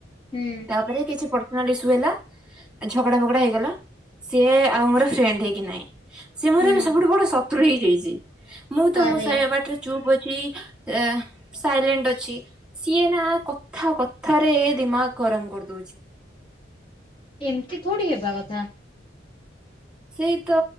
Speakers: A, on the left; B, in the centre.
A: ହୁଁ
B: ତାପରେ କିଛି ପର୍ଟନାଲି ସୁଏ ନା ହେଲା ଝଗଡ଼ା ଫଗଡ଼ା ହେଇଗଲା ସିଏ ଆଉ ମୋର ଫ୍ରେଣ୍ଡ ହେଇକି ନାଇଁ। ସେ ମୋର
A: ହୁଁ
B: ଏବେ ସବୁଠୁ ବଡ ଶତ୍ରୁ ହେଇଯାଇଛି ମୁଁ ତ
A: ଆରେ
B: ମୋ ସାହି ବାଟରେ ଚୁପ୍ ଅ ଛି ଆ ସାଇଲେଣ୍ଟ ଅଛି ସିଏ ନା କଥା କଥାରେ ଦିମାଗ ଗରମ କରିଦଉଛି।
A: ଏମିତି ଥୋଡି ହେବା କଥା।
B: ସେଇ ତ